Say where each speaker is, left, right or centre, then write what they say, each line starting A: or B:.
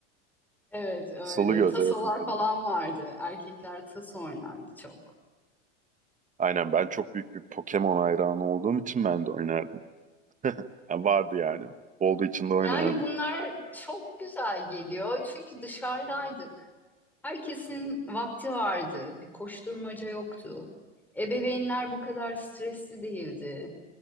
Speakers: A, in the centre; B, on the right (about 20°).
A: Evet öyle.
B: Sulu göz
A: Tasolar
B: evet mesela.
A: falan vardı. Erkekler taso oynardı çok.
B: Aynen ben çok büyük bir Pokemon hayranı olduğum için ben de oynardım. Yani vardı yani. Olduğu için de oynardım.
A: Yani bunlar çok güzel geliyor. Çünkü dışarıdaydık. Herkesin vakti vardı. Bir koşturmaca yoktu. Ebeveynler bu kadar stresli değildi.